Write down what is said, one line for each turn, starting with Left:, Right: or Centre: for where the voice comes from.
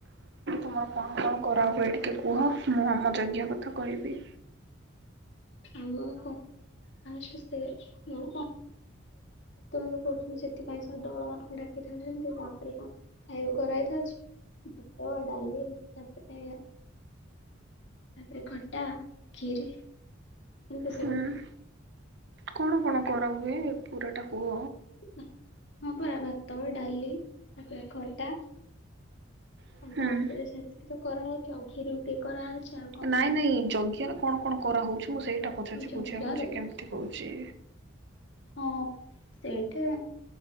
Right: ତୁମର କଣ କଣ କରାହୁଏ ଟିକେ କୁହ, ମୁଁ ଆମ ଜଜ୍ଞ କଥା କହିବି।
Left: <unintelligible> କୀର୍ତ୍ତନ ଫୀର୍ତ୍ତନ ଯୋଉ କରୁଚନ୍ତି ସେଥିପାଇଁ ସେ ଦଳ ମାନଙ୍କୁ ଡାକିଥାନ୍ତି, ହେମତି ତାପରେ କଣ? ଖାଇବା କରାହେଇଥାଉଚି ଭାତ, ଡାଲି ତାପରେ ତାପରେ ଖଟା, ଖିରି। ଏମିତି ସବୁ।
Right: ହୁଁ କଣ କଣ କରାହୁଏ ପୁରାଟା କୁହ?
Left: ହଁ ପରା ଭାତ, ଡାଲି ତାପରେ ଖଟା।
Right: ହୁଁ।
Left: ଆଉ ତାପରେ ସେତିକି ତ କରାହେଉଚି ଆଉ କ୍ଷୀରି ଗୋଟେ କରାହେଉଚି ଆଉ କଣ?
Right: ନାଇଁ ନାଇଁ ଯଜ୍ଞରେ କଣ କଣ କରାହେଉଚି ମୁଁ ସେଇଟା ପଛାରୁଚି
Left: ଚକିଆରେ
Right: ବୁଝିଆ ବୁଝି କେମିତି ହଉଚି?
Left: ହଁ ସେଇଟା